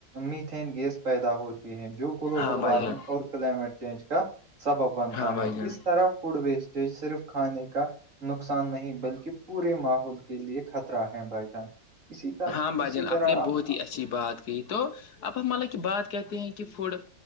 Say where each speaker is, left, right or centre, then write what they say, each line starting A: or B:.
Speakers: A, on the right (about 45°); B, on the left (about 65°).
A: میتن گیس پیدا ہوتی ہے جو گلوبل
B: ہاں بھائی جان ہاں بھائی
A: وارمنگ
B: جان
A: اور کلائمیٹ چینج کا سبب بنتا
B: ہاں بھائی
A: ہے
B: جان
A: اس طرف فوڈ ویسٹیج صرف کھانے کا نقصان نہیں بلکہ پورے ماحول کے لیے خطرہ ہے بھائی جان اسی طرح
B: ہاں بھجن
A: اسی
B: آپ
A: طرح
B: نے
A: آ-
B: بہت
A: آ-
B: ہی اچھی بات کہ تو اب ہم مطلب کہ بات کہتے ہیں کہ فڈ